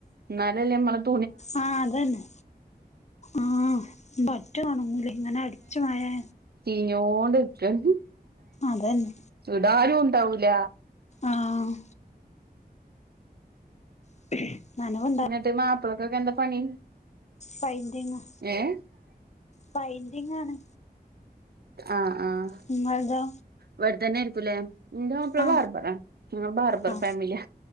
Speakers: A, on the right; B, on the left.
A: എന്നാലല്ലെ നമ്മളത്
B: ആഹ് അതന്നെ ആഹ് ബറ്റും ഒണങ്ങൂല ഇങ്ങനെ അടിച്ചു മഴയാ
A: ചീഞ്ഞോണ്ടിര്ക്കാണ്.
B: അതന്നെ
A: ഇടാനൂണ്ടാവൂല
B: ആഹ് <unintelligible>
A: ഇന്നെട്ട് മാപ്പ്ളക്കൊക്കെ എന്താ പണി?
B: പയിന്റിങ്ങാ.
A: ഏഹ്?
B: പൈന്റിങ്ങാണ്.
A: ആഹ് ആഹ്
B: നിങ്ങളതോ
A: ഇവട്ത്തന്നായിരിക്കും ലേ? ഇന്റെ മാപ്പള
B: ആ
A: ബാർബറാ. ഞങ്ങള് ബാർബർ
B: ആ
A: ഫാമില്യാ.